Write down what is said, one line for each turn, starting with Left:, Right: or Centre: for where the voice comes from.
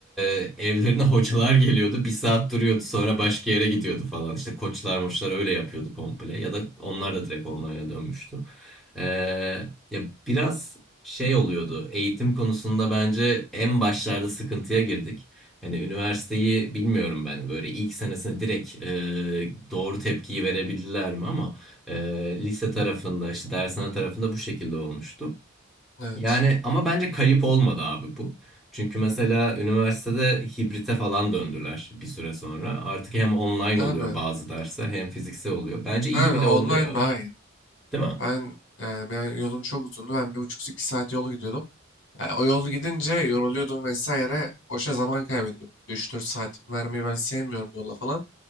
Centre: e, evlerine hocalar geliyordu. Bir saat duruyordu sonra başka yere gidiyordu falan. İşte koçlar moçlar öyle yapıyordu komple. Ya da onlar da direkt online'a dönmüştü. E, ya biraz şey oluyordu. Eğitim konusunda bence en başlarda sıkıntıya girdik. Hani üniversiteyi bilmiyorum ben böyle ilk senesine direkt e, doğru tepkiyi verebildiler mi ama e, lise tarafında işte dershane tarafında bu şekilde olmuştu.
Left: Evet.
Centre: Yani ama bence kayıp olmadı abi bu. Çünkü mesela üniversitede hibrite falan döndüler bir süre sonra. Artık hem online
Left: Abi.
Centre: oluyor bazı dersler hem fiziksel oluyor. Bence iyi
Left: Abi
Centre: bile
Left: online
Centre: oluyor.
Left: daha iyi.
Centre: Değil mi?
Left: Ben yani ben yolum çok uzundu. Ben bir buçuk iki saat yolu gidiyordum. Yani o yol gidince yoruluyordum vesaire. Boşa zaman kaybediyordum. 3-4 saatimi vermeyi ben sevmiyorum yola falan.